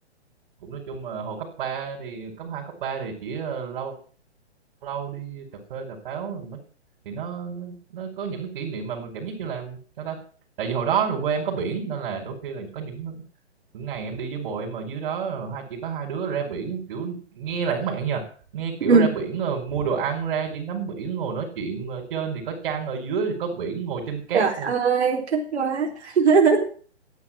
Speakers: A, on the right; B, on the right.
A: cũng nói chung là hồi cấp 3 thì cấp 2 cấp 3 thì chỉ ờ, lâu lâu đi cà phê cà pháo nó thì nó nó, nó có những cái kỷ niệm mà mình cảm giác như là sao ta tại vì hồi đó là quê em có biển nên là đôi khi là có những những ngày em đi với bồ em ở dưới đó hai chỉ có hai đứa ra biển kiểu nghe lãng mạn nha nghe kiểu
B: Ừ.
A: ra biển rồi mua đồ ăn ra chỉ ngắm biển ngồi nói chuyện Ờ, trên thì có trăng ở dưới thì có biển ngồi trên cát
B: Trời
A: Ờ,
B: ơi, thích quá. <laughs>